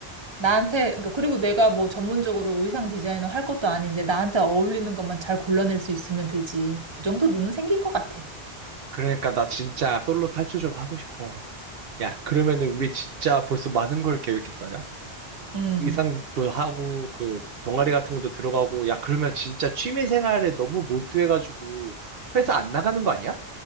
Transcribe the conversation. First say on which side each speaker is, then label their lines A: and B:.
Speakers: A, on the right; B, on the right.
A: 나한테, 그러니까 그리고 내가 뭐 전문적으로 의상 디자이너 할 것도 아닌데 나한테 어울리는 것만 잘 골라낼 수 있으면 되지. 그 정도 눈은 생길 것 같아.
B: 그러니까 나 진짜 솔로 탈출 좀 하고 싶어. 야, 그러면은 우리 진짜 벌써 많은 걸 계획했다. 야,
A: 음.
B: 의상도 하고, 그, 동아리 같은 것도 들어가고, 야, 그러면 진짜 취미 생활에 너무 몰두해가지고, 회사 안 나가는 거 아니야?